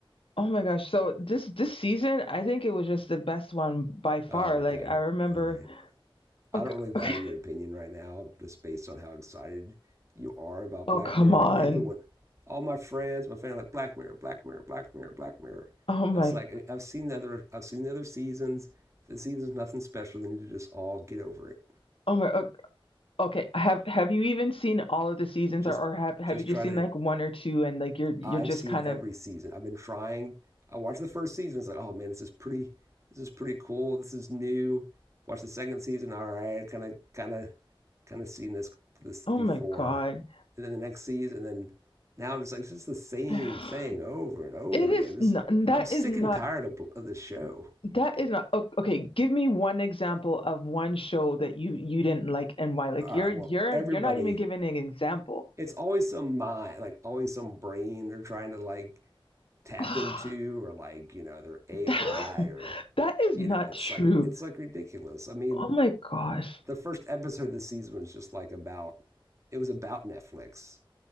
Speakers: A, on the left; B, on the right.
A: oh my gosh. So this this season, I think it was just the best one by far.
B: Oh,
A: Like
B: okay.
A: I remember
B: All right. I
A: okay,
B: don't really value
A: okay. <laughs>
B: your opinion right now, just based on how excited you are about
A: Oh
B: Black
A: come
B: Mirror.
A: on.
B: Like everyone, all my friends, my family, like Black Mirror, Black Mirror, Black Mirror, Black Mirror.
A: Oh my
B: It's like I've seen the other, I've seen the other seasons. The season's nothing special. They need to just all get over it.
A: oh my o- okay. Have have you even seen all of the seasons
B: Just,
A: or, or have have
B: just
A: you just
B: try
A: seen
B: to
A: like one or two and like you're you're
B: I've
A: just
B: seen
A: kind
B: every
A: of
B: season. I've been trying. I watched the first season. It's like, oh man, this is pretty. This is pretty cool. This is new. Watch the second season. All right, kind of, kind of, kind of seen this this
A: oh
B: before.
A: my God.
B: And then the next season. And then now I'm just like, it's just the same
A: <sighs>
B: thing over and over
A: It is
B: again. I'm just,
A: not that
B: I'm sick
A: is not
B: and tired of of this show.
A: That is not o- okay. Give me one example of one show that you you didn't like and why. Like
B: All
A: you're
B: right,
A: you're
B: well, everybody,
A: you're not even giving an example.
B: it's always some mind, like always some brain they're trying to like tap
A: <sighs> that,
B: into, or like you know their AI
A: <laughs>
B: or
A: that is
B: you
A: not
B: know, it's
A: true.
B: like it's like ridiculous. I mean,
A: Oh my gosh.
B: the first episode of the season was just like about it was about Netflix.